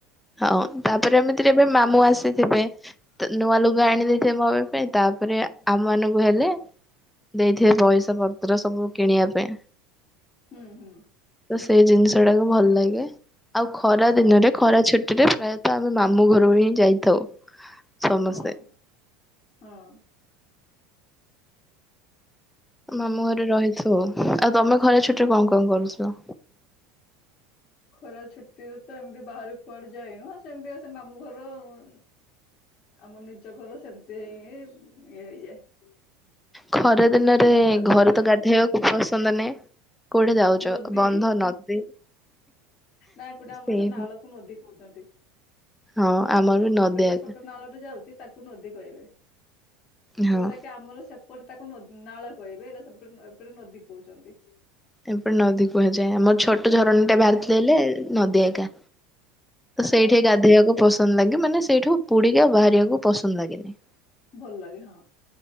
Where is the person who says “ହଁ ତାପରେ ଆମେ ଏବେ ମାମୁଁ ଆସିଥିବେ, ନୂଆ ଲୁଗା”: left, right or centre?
Centre